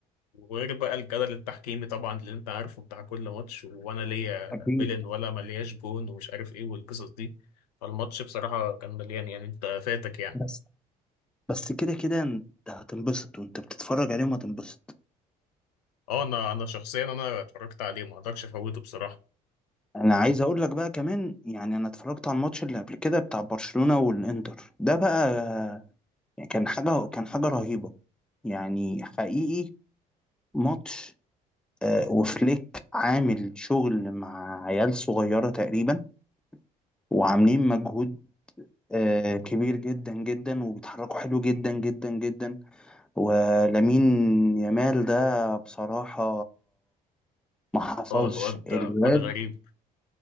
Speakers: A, on the left (about 85°); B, in the centre.
A: وغير بقى الجدل التحكيمي طبعا اللي انت عارفه بتاع كل ماتش وانا ليا
B: أكيد
A: بيلن ولا ملياش جون ومش عارف ايه والقصص دي فالماتش بصراحة كان مليان يعني انت فاتك يعني
B: بس بس كده كده انت هتنبسط وانت بتتفرج عليهم هتنبسط
A: اه انا انا شخصيا انا اتفرجت عليه ما اقدرش افوته بصراحة
B: انا عايز اقول لك بقى كمان يعني انا اتفرجت على الماتش اللي قبل كده بتاع برشلونة والانتر ده بقى يعني كان حاجة كان حاجة رهيبة يعني حقيقي ماتش آه، وفليك عامل شغل مع عيال صغيرة تقريبا وعاملين مجهود آه، كبير جدا جدا وبيتحركوا حلو جدا جدا جدا ولامين يامال ده بصراحة ما حصلش
A: اه الواد
B: الواد
A: واد غريب